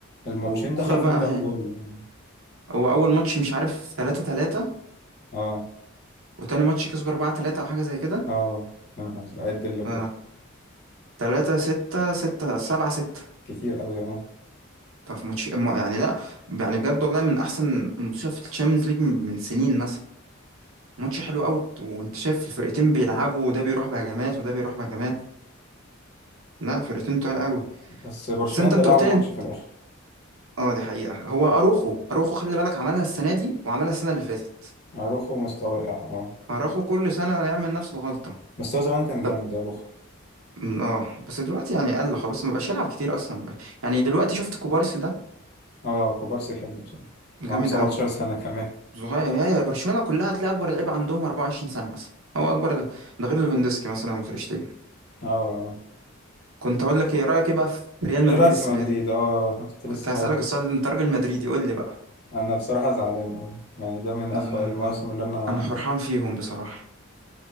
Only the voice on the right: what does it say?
والكرة
بقى
هي
هو أول ماتش مش عارف 3 3
وتاني ماتش كسبوا 4 3 أو حاجة زي كده
ف 3 6 6 7 6
طب في ماتش إيه؟ ما- يعني لا يعني بجد والله من أحسن الماتشات في الشامبيونز ليج من من سنين مثلا ماتش حلو قوي وانت شايف الفرقتين بيلعبوا وده بيروح بهجمات وده بيروح بهجمات لا فرقتين تقال قوي
بس انت انت
قلت
لي انت
اه دي حقيقة هو اروخو اروخو خلي بالك عملها السنة دي وعملها السنة اللي فاتت
اروخو كل سنة يعمل نفس الغلطة
طب
م- اه بس دلوقتي يعني قل خلاص ما بقاش يلعب كتير اصلا يعني دلوقتي شفت كوبارسي ده
جامد
قوي
صغير هي برشلونة كلها هتلاقي اكبر لعيب عندهم 24 سنة مثلا هو اكبر ده غير ليفاندوسكي مثلا وتريشتيجن
كنت اقول لك ايه رأيك ايه بقى في ريال مدريد
السنة
دي
كنت
هسألك
السؤال ده، انت راجل مدريدي قول لي بقى
انا
انا فرحان فيهم بصراحة